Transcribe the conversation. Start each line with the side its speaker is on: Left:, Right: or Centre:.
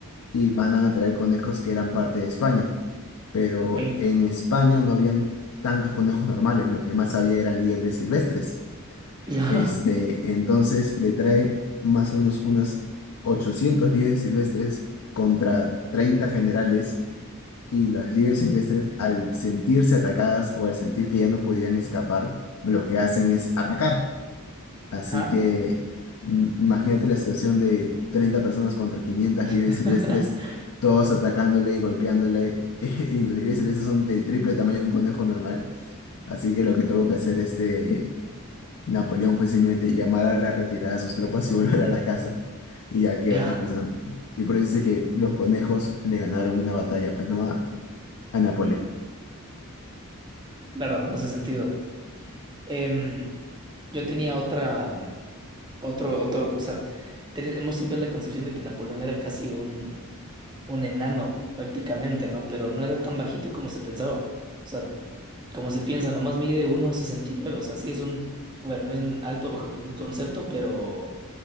Left: y mandan a traer conejos que eran parte de España. Pero
Right: ok.
Left: en España no habían tantos conejos normales, lo que más había eran liebres silvestres.
Right: Ya,
Left: Este, entonces le traen más o menos unas 800 liebres silvestres contra 30 generales y las liebres silvestres al sentirse atacadas o al sentir que ya no podían escapar, lo que hacen es atacar. Así
Right: <laughs> ajá,
Left: que mm, imagínate la situación de 30 personas contra 500 liebres
Right: <laughs>
Left: silvestres, todos atacándole y golpeándole. <laughs> Y, los liebres silvestres son del triple tamaño de un conejo normal. Así que lo que tuvo que hacer este Napoleón fue simplemente llamar a la retirada de sus tropas y <laughs> volver a la casa. Y ya que
Right: ya,
Left: otras personas maten. Y por eso dice que los conejos le ganaron una batalla, pues no a, a Napoleón.
Right: claro, hace sentido. Em, yo tenía otra, mm, otro, otro, o sea, tenemos siempre la concepción de que Napoleón era casi un, un enano, prácticamente, ¿no? Pero no era tan bajito como se pensaba. O sea, como se piensa, nomás mide uno uno sesenta y nueve O sea, sí es un, bueno, no es alto bajo ningún concepto, pero,